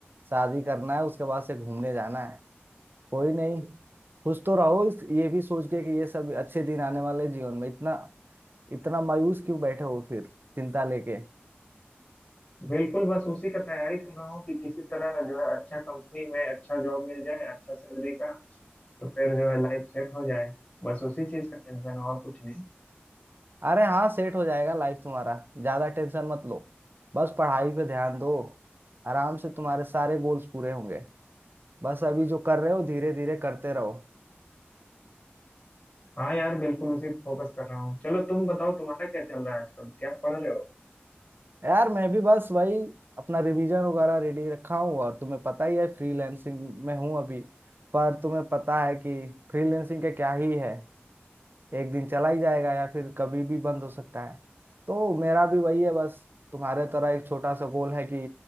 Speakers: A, on the right; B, on the left.
A: शादी करना है उसके बाद से घूमने जाना है कोई नहीं खुश तो रहो इस- ये भी सोच के कि ये सब अच्छे दिन आने वाले जीवन में इतना इतना मायूस क्यों बैठे हो फिर चिंता लेके
B: बिल्कुल बस उसी का तैयारी कर रहा हूँ कि किसी तरह जो है अच्छा कंपनी में अच्छा जॉब मिल जाए अच्छा सैलरी का तो फिर जो है लाइफ सेट हो जाए बस उसी चीज का टेंशन है और कुछ नहीं
A: अरे हाँ सेट हो जाएगा लाइफ तुम्हारा ज्यादा टेंशन मत लो बस पढ़ाई पे ध्यान दो आराम से तुम्हारे सारे गोल्स पूरे होंगे बस अभी जो कर रहे हो धीरे धीरे करते रहो
B: हाँ यार बिल्कुल उसी फोकस कर रहा हूँ चलो तुम बताओ तुम्हारा क्या चल रहा है आजकल क्या पढ़ रहे हो
A: यार मैं भी बस वही अपना रिवीजन वगैरह रेडी रखा हूँ और तुम्हें पता ही है फ्रीलैंसिंग में हूँ अभी पर तुम्हें पता है कि फ्रीलैंसिंग का क्या ही है एक दिन चला ही जाएगा या फिर कभी भी बंद हो सकता है तो मेरा भी वही है बस तुम्हारे तरह एक छोटा सा गोल है कि